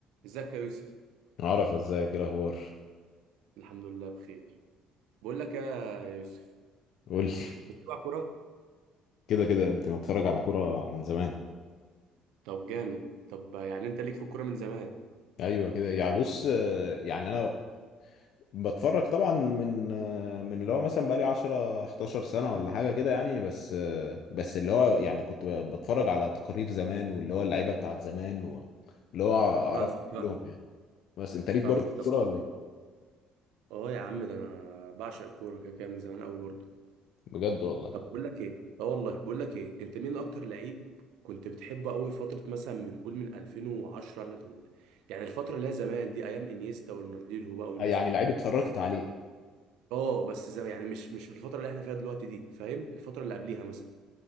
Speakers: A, on the right; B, on the left.
A: ازيك يا يوسف
B: عرف ازيك ايه الاخبار
A: الحمد لله بخير بقول لك يا يا يوسف
B: قول لي
A: بتلعب كرة
B: كده كده يا ابني بتفرج على كوره من زمان
A: طب جامد طب يعني انت ليك في الكرة من زمان
B: ايوه كده يعني بص آه، يعني انا بتفرج طبعا من آه، من اللي هو مثلا بقالي 10 11 سنه ولا حاجه كده يعني بس آه، بس اللي هو يعني كنت ب- بتفرج على تقارير زمان واللي هو اللعيبه بتاعت زمان واللي هو اعرف
A: فاهمك فاهمك
B: كلهم يعني بس انت ليك
A: فاهمك
B: برضه في
A: طب
B: الكوره ولا ايه
A: اه يا عم ده انا بعشق الكورة كده كده من زمان قوي برضه
B: بجد والله
A: طب بقول لك ايه اه والله بقول لك ايه انت مين اكتر لعيب كنت بتحبه قوي فترة مثلا من قول من 2010 ل... يعني الفترة اللي هي زمان دي ايام انيستا ورونالدينيو بقى والناس
B: يعني
A: دي
B: لعيب اتفرجت عليه
A: اه بس زمان يعني مش مش في الفترة اللي احنا فيها دلوقتي دي فاهم الفترة اللي قبليها مثلا